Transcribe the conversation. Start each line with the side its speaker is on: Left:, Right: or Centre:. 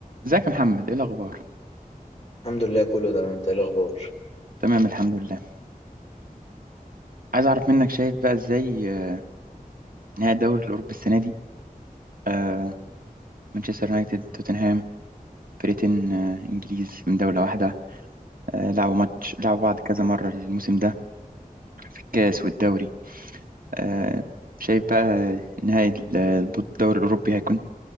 Right: ازيك يا محمد ايه الاخبار
Left: الحمد لله كله تمام انت ايه الاخبار
Right: تمام الحمد لله عايز اعرف منك شايف بقى ازاي آه، نهائي الدوري الاوروبي السنه دي آه، مانشستر يونايتد توتنهام فرقتين آه، انجليز من دوله واحده آه، لعبوا ماتش لعبوا بعض كذا مره الموسم ده في الكاس والدوري آه، شايف بقى نهائي ال- الدوري الاوروبي هيكون